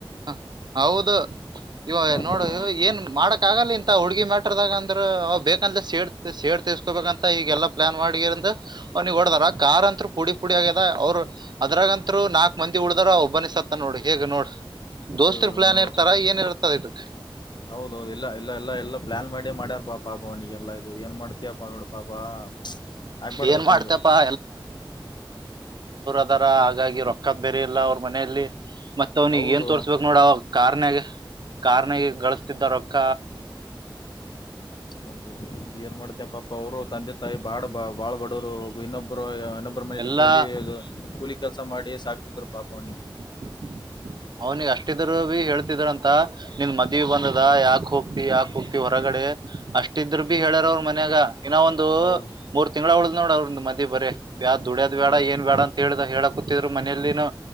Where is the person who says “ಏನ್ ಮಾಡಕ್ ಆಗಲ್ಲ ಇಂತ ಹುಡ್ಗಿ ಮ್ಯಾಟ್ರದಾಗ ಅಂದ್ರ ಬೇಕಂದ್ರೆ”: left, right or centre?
Right